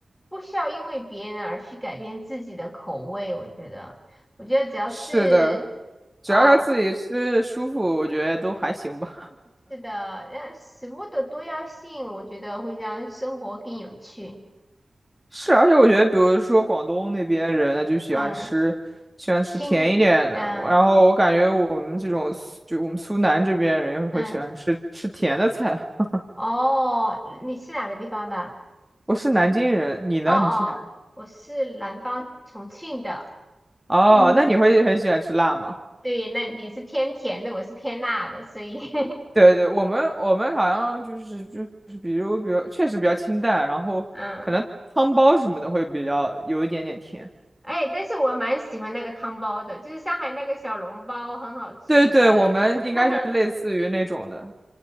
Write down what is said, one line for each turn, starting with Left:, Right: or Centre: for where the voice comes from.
Left: 不需要因为别人而去改变自己的口味。我觉得，我觉得只要是
Centre: 是的，只要他自己吃舒服，
Left: 啊、
Centre: 我觉得都还行吧。
Left: 是的，让食物的多样性，我觉得会让生活更有趣。
Centre: 是，而且我觉得，比如说广东那边人，他就喜欢吃，
Left: 嗯，
Centre: 喜欢吃甜一点的。
Left: 亲，嗯
Centre: 然后我感觉我们这种，就我们苏南这边人会喜欢吃吃甜的菜。
Left: 嗯，
Centre: <laughs>
Left: 哦，你是哪个地方的？
Centre: 我是南京人，你呢？
Left: 哦哦，
Centre: 你是哪？
Left: 我是南方重庆的。
Centre: 哦，
Left: 嗯，
Centre: 那你会很喜欢吃辣吗？
Left: 对，那你是偏甜的，我是偏辣的，所以 <laughs>
Centre: 对对，我们我们好像就是就是比如比如确实比较清淡，然后可能汤包什么的会比较有一点点甜。
Left: 嗯，哎，但是我蛮喜欢那个汤包的，就是上海那个小笼包很好吃，
Centre: 对对，我们应该就是类似于那种的。
Left: <laughs>